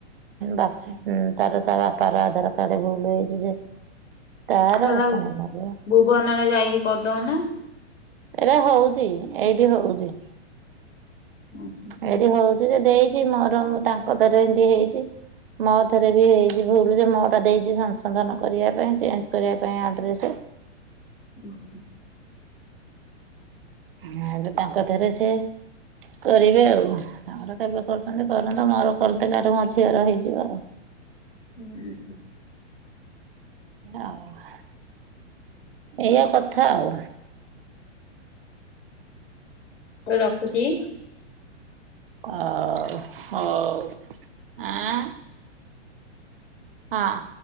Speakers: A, on the right (about 50°); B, on the left (about 80°).
A: ବା ଉଁ ତାର ତା ବାପାର ଆଧାର କାର୍ଡ଼ ଭୁଲ ହୋଇଛି ଯେ ତାର
B: ଚାଲାଙ୍ଗ
A: ପୁଣି ମୋର
B: ଭୁବନରେ ଯାଇକି କରିଦଉନୁ।
A: ଏରେ ହଉଛି ଏଇଠି ହଉଛି।
B: ଓଃ!
A: ସେଠି ହଉଛି ଯେ ଦେଇଛି ମୋର ମୁଁ ତାଙ୍କ ଦରେ ଏମିତି ହେଇଛି। ମୋଥରେ ବି ହେଇଛି ଭୁଲ ଯେ ମୋରଟା ଦେଇଛି ସଂଶୋଧନ କରିବା ପାଇଁ ଚେଞ୍ଜ କରିବା ପାଇଁ ଆଡ଼୍ରେସ୍।
B: ଓଃ!
A: ହେଇଠୁ ତାଙ୍କ ଥରେ ସେ କରିବେ ଆଉ ତାଙ୍କର କେବେ କରୁଛନ୍ତି କରନ୍ତୁ ମୋର କରିଦେଲାଠୁ ମୋ ଝିଅର ହେଇଯିବ ଆଉ।
B: ହୁଁ।
A: ଆଉ ଏଇଆ କଥା ଆଉ।
B: ରଖୁଛି?
A: ଅଉ ହୋଉ ଆଁ ହଁ।